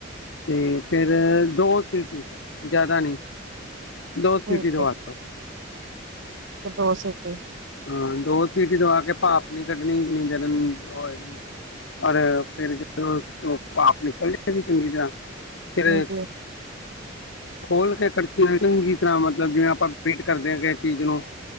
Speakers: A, on the left; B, on the right.
A: ਤੇ ਫਿਰ ਦੋ ਸੀਟੀ ਜ਼ਿਆਦਾ ਨਹੀਂ ਦੋ
B: ਠੀਕ
A: ਸਿਟੀ ਤੋਂਵਾ
B: ਹੈ ਦੋ ਸੀਟ
A: ਹਾਂ ਦੋ ਸੀਟ ਦਵਾ ਕੇ ਪਾਪ ਨਹੀਂੀ ਕੱਢਣੀ ਕਿੰਨੀ ਦੇਰਏਗੀ ਨ ਪਰ ਫਿਰ ਜਦੋਂ ਪਾਪ ਨਿਕਲ ਹੈਗੀ ਚੰਗੀ ਤਰ੍ਹਾਂ ਫਿਰ
B: ਹਾਂਜੀ
A: ਖੋਲ ਕੇ ਖਰਚੇ ਚੰਗੀ ਤਰ੍ਹਾਂ ਮਤਲਬ ਜਿਵੇਂ ਆਪਾਂ ਵੇਟ ਕਰਦੇ ਹਾਂ ਕਿਸ ਚੀਜ਼ ਨੂੰ